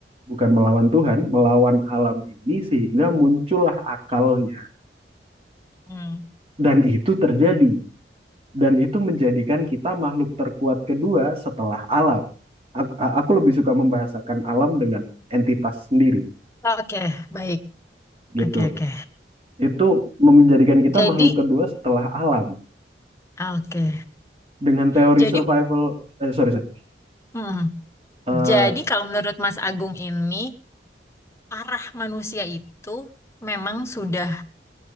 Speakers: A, on the right; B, on the left.
A: bukan melawan Tuhan, melawan alam ini sehingga muncullah akalnya.
B: Hmm.
A: Dan itu terjadi dan itu menjadikan kita makhluk terkuat kedua setelah alam. Ak- Aku lebih suka membahasakan alam dengan entitas sendiri
B: Oke, baik.
A: gitu.
B: Oke oke.
A: Itu menjadikan kita
B: Jadi,
A: makhluk kedua setelah alam
B: oke.
A: dengan teori
B: Jadi,
A: survival eh, sorry sorry
B: hmm.
A: Eh,
B: Jadi kalau menurut Mas Agung ini arah manusia itu memang sudah